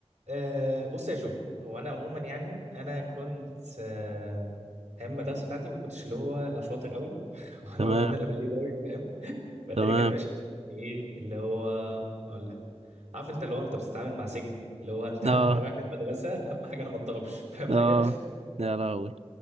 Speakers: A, on the right (about 80°); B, on the right (about 65°).
A: أه بص يا جو هو انا عموما يعني انا كنت أه ايام المدرسه بتاعتي ما كنتش اللي هو لا شاطر قوي <laughs> ولا
B: تمام
A: هو ان انا بقالي قوي فاهم فالدنيا
B: تمام
A: كانت ماشيه معايا ايه اللي هو اقول لك عارف انت اللي هو انت بتتعامل مع سجن اللي هو انت <laughs>
B: اه
A: انا رايح المدرسه اهم حاجه انا ما اتضربش فاهم
B: اه
A: حاجه
B: يا لهوي